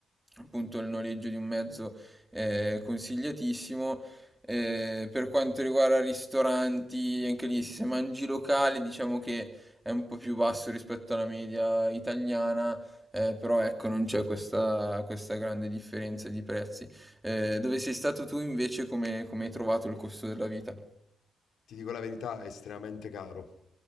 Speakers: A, in the centre; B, on the left.
A: appunto il noleggio di un mezzo è consigliatissimo. Eh, per quanto riguarda ristoranti, anche lì se mangi locali, diciamo che è un po' più basso rispetto alla media italiana. eh, però ecco, non c'è questa, questa grande differenza di prezzi. Eh, dove sei stato tu invece, come, come hai trovato il costo della vita?
B: Ti dico la verità, è estremamente caro.